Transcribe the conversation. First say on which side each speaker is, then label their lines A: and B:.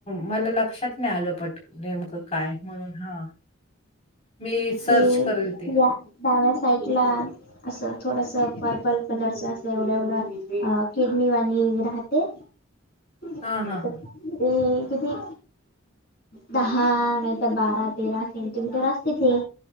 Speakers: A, on the left (about 30°); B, on the left (about 50°).
A: मला लक्षात नाही आलं पट नेमकं काय म्हणून हा मी सर्च
B: ते
A: करेल. ते
B: या डाव्या साईड ला असं थोडस पर्पल कलरच अस एवढं एवढं किडनी वाणी राहते. ते
A: हा हा हा
B: किती दहा नाही तर बारा, तेरा सेंटीमीटर असते. ते